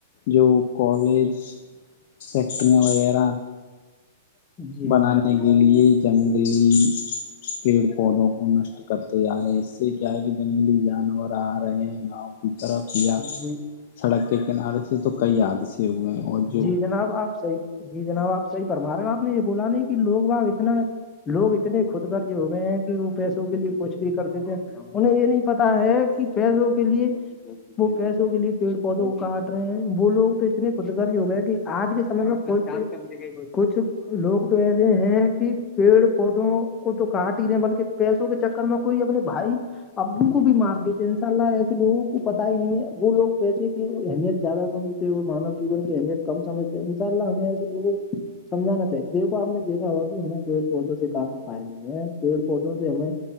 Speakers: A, on the left; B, on the left.
A: جو کالج فیکٹریاں وغیرہ
B: جی
A: بنانے
B: جناب
A: کے لیے جنگلی پیڑ پودوں کو نشٹ کرتے جا رہے ہیں اس سے کیا ہے کہ جنگلی جانور آ رہے ہیں گاؤں کی طرف یا
B: جی
A: سڑک کے کنارے سے تو کئی حادثے ہوئے ہیں اور جو
B: جی جناب آپ صحیح جی جناب آپ صحیح فرما رہے ہو آپ نے یہ بولا نہیں کہ لوگ وہاں اتنا لوگ اتنے خود گرز ہی ہو گئے ہیں کہ وہ پیسوں کے لیے کچھ بھی کر دیتے ہیں انہیں یہ نہیں پتا ہے کہ پیسوں کے لیے وہ پیسوں کے لیے پیڑ پودوں کو کاٹ رہے ہیں وہ لوگ تو اتنے خود گر ز ہو گیا کہ آج کے سمےمیں کوئی کچھ لوگ تو ایسے ہیں کہ پیڑ پودوں کو تو کاٹ ہی رہے بلکہ پیسوں کے چکر میں کوئی اپنے بھائی ابو کو بھی مار دیتے ان شاء اللہ ایسے لوگوں کو پتا ہی نہیں ہے وہ لوگ پیسے کی اہمیت زیادہ سجھتے ہیں وہ مانو جیون کی اہمیت کم سجھتے ہیں انشاء اللہ ہمیں ایسے سمجھانا چاہیے دیکھو آپ نے دیکھا ہوا کہ ہمیں پیڑ پودوں سے کافی فائدے ہیں پیڑ پودوں سے ہمیں